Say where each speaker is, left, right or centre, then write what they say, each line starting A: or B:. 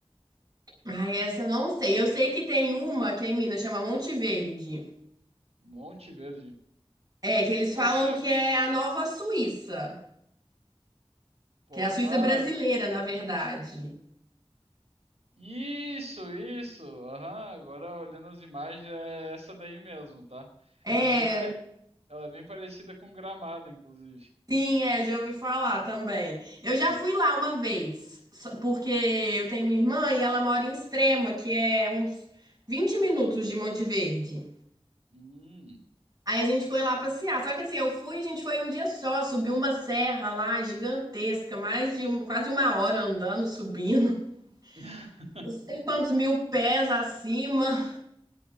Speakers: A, on the right (about 35°); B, on the right (about 85°).
A: Ai, essa eu não sei. Eu sei que tem uma que é em Minas, chama Monte Verde.
B: Monte Verde.
A: É, que eles
B: Pode
A: falam
B: ser.
A: que é a nova Suíça.
B: Pô,
A: Que é a Suíça
B: ah,
A: brasileira, na verdade.
B: Isso, isso. Aham, agora olhando as imagens é essa daí mesmo, tá?
A: É.
B: Ela é bem, pare- Ela é bem parecida com Gramado, inclusive.
A: Sim, é, eu já ouvi falar também. Eu já
B: É.
A: fui lá uma vez, só- porque eu tenho uma irmã e ela mora em Extrema, que é uns 20 minutos de Monte Verde.
B: Hum.
A: Aí a gente foi lá passear. Só que assim, eu fui, a gente foi um dia só, subiu uma serra lá gigantesca, mais de um- quase uma hora andando, subindo, <laughs>
B: <laughs>
A: não sei quantos mil pés acima.